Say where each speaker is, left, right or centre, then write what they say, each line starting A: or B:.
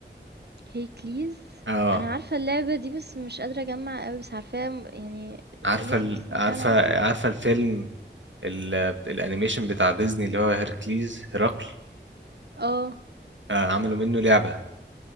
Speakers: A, on the right; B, on the right.
A: هي كليز
B: اه
A: انا عارفه اللعبه دي بس مش قادره اجمع قوي بس عارفاها م- يعني
B: عارفة
A: قولي
B: ال...
A: تفاصيل
B: عارفة
A: عنها اكتر
B: عارفة الفيلم ال... الانيميشن بتاع ديزني اللي هو هيركليز هرقل
A: اه
B: آه عملوا منه لعبة